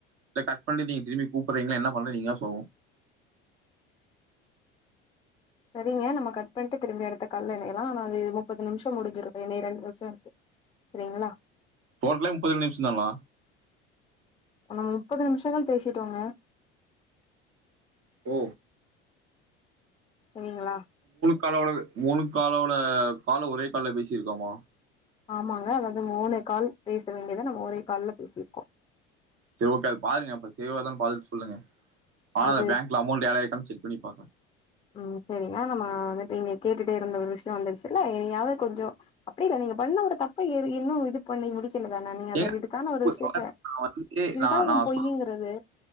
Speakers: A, on the right; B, on the left.
A: இல்ல கட் பண்ணிட்டு நீங்க திரும்பி கூப்றீங்கலா என்ன பண்ற நீங்கதா சொல்னு
B: சேரிங்க நம்ம கட் பண்ட்டு திரும்பி அடுத்த கால்ல இணையலா நா அது முப்பது நிம்ஷோம் முடுஞ்சுருவே இன்னு இரண்டு நிம்ஷம் இருக்கு சேரிங்களா
A: டோட்லே முப்பது நிம்ஷோந்தானா
B: நம்ம முப்பது நிம்ஷோந்தா பேசிட்டோங்க
A: ஓ
B: சொன்னீங்களா
A: காலோடது மூணு காலோட கால ஒரே கால்ல பேசி இருக்கோமா
B: ஆமாங்க அதாவது மூணு கால் பேச வேண்டியது நம்ம ஒரே கால்ல பேசிருக்கோ
A: சேர் ஓகே அது பாருங்க அப்ப சேவ் ஆவுதான் பாத்துட்டு சொல்லுங்க ஆனா
B: அது
A: பேங்க்ல அமௌண்ட் ஏடாயிருக்கான் செக் பண்ணி பாத்த
B: ம் சேரிங்களா நம்ம வந்துட்டு நீங்க கேட்டுட்டே இருந்த ஒரு விஷ்யோ வந்துடுச்சு இல்ல ஏாவது கொஞ்சோ அப்படி இல்ல நீங்க பண்ண ஒரு தப்பு இன்னு இது பண்ணி முடி த்துலதான்ன நீங்க அத
A: ஏங்க
B: இதுக்கான
A: இப்ப
B: ஒரு விஷ்யத்த
A: நான் வந்து
B: இதுதா
A: நான்
B: உங்க
A: நான்
B: பொய்யுங்குறது
A: சொல்றேன்